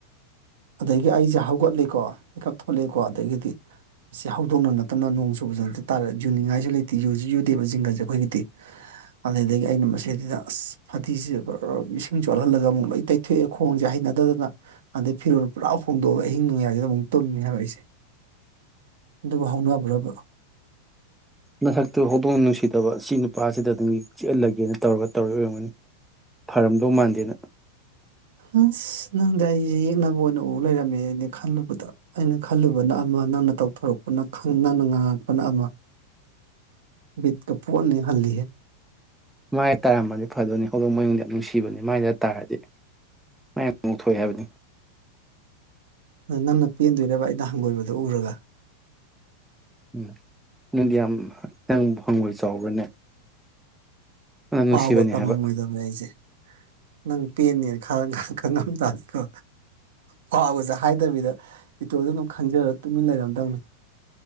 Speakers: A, on the right; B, in the centre.
A: ꯑꯗꯒꯤ ꯑꯩꯖꯦ ꯍꯧꯒꯠꯂꯦꯀꯣ ꯃꯤꯀꯞ ꯊꯣꯛꯂꯛꯑꯦꯀꯣ ꯑꯗꯒꯤꯗꯤ ꯁꯤ ꯍꯧꯗꯣꯛꯅ ꯅꯠꯇꯅ ꯅꯣꯡ ꯆꯨꯕꯁꯨ ꯅ ꯇꯥꯔ ꯌꯨꯅꯤꯡꯉꯥꯏꯁꯨ ꯂꯩꯇꯦ ꯌꯨꯁꯨ ꯌꯨꯗꯦꯕ ꯖꯤꯡꯒꯁꯦ ꯑꯩꯈꯣꯏꯒꯤꯗꯤ ꯑꯗꯨꯗꯒꯤ ꯑꯩꯅ ꯃꯁꯤꯗꯨꯗ ꯑꯁ ꯐꯗꯤꯁꯤ ꯏꯁꯤꯡ ꯆꯣꯠꯍꯜꯂꯒ ꯑꯃꯨꯛ ꯂꯣꯏ ꯇꯩ ꯑꯗꯩ ꯑꯩ ꯈꯣꯡꯁꯦ ꯍꯩꯅꯗꯗꯅ ꯑꯗꯩ ꯐꯤꯔꯣꯟꯜ ꯄꯨꯔꯥ ꯍꯣꯡꯗꯣꯛꯑꯒ ꯑꯍꯤꯡ ꯅꯣꯡꯌꯥꯏꯁꯤꯗ ꯑꯃꯨꯛ ꯇꯨꯝꯃꯦ ꯍꯥꯏꯕ ꯑꯩꯁꯦ ꯑꯗꯨꯕꯨ ꯍꯧꯅꯕ꯭ꯔꯒ
B: ꯅꯍꯥꯛꯇꯨ ꯍꯧꯗꯣꯡ ꯅꯨꯡꯁꯤꯗꯕ ꯁꯤ ꯅꯨꯄꯥꯁꯤꯗꯗꯤ ꯆꯤꯛꯍꯜꯂꯥꯒꯦꯅ ꯇꯧꯔꯒ ꯇꯧꯔ ꯑꯣꯏꯔꯝꯒꯅꯤ ꯐꯔꯝꯗꯧ ꯃꯥꯟꯗꯦꯅ
A: ꯑꯁ ꯅꯪꯗꯤ ꯑꯩꯁꯦ ꯌꯦꯛꯅꯕ ꯑꯣꯏꯅ ꯎ ꯂꯩꯔꯝꯃꯦꯅꯦ ꯈꯜꯂꯨꯕꯗ ꯑꯩꯅ ꯈꯜꯂꯨꯕꯅ ꯑꯃ ꯅꯪꯅ ꯇꯧꯊꯣꯔꯛꯄꯅ ꯈꯪ ꯅꯪꯅ ꯉꯥꯡꯉꯛꯄꯅ ꯑꯃ ꯕꯤꯠꯀ ꯄꯨꯡꯍꯟ ꯍꯦꯛ ꯍꯜꯂꯤꯍꯦ
B: ꯃꯥꯥꯏ ꯇꯥꯔꯝꯃꯗꯤ ꯐꯗꯣꯏꯅꯤ ꯍꯧꯗꯣꯡ ꯃꯌꯨꯡꯗꯤ ꯅꯨꯡꯁꯤꯕꯅꯤ ꯃꯥꯏꯗ ꯇꯥꯔꯗꯤ ꯃꯥꯏ ꯌꯥꯝ ꯉꯧꯊꯣꯛꯑꯦ ꯍꯥꯏꯕꯅꯤ
A: ꯑ ꯅꯪꯅ ꯄꯦꯟꯗꯣꯏꯔꯥꯕ ꯑꯩꯩꯅ ꯍꯪꯒꯣꯏꯕꯗꯣ ꯎꯔꯒ
B: ꯎꯝ ꯅꯪꯗꯤ ꯌꯥꯝ ꯅꯪ ꯍꯪꯉꯣꯏ ꯆꯥꯎꯕ꯭ꯔꯅꯦ ꯌꯥꯝ ꯅꯨꯡꯁꯤꯕꯅꯤ
A: ꯄꯥꯎꯒ ꯇꯝꯃꯝꯃꯣꯏꯗꯕꯅꯦ
B: ꯍꯥꯏꯕ
A: ꯑꯩꯁꯦ ꯅꯪ ꯄꯦꯟꯅꯦ ꯈꯪꯉꯝ ꯈꯪꯉꯝ ꯇꯥꯗꯤꯀꯣ ꯐꯥꯎꯒꯖꯦ ꯍꯥꯏꯗꯕꯤꯗ ꯏꯇꯣꯟꯗ ꯑꯗꯨꯝ ꯈꯟꯖꯔꯥ ꯇꯨꯃꯤꯟ ꯂꯩꯔꯝꯗꯧꯅꯤ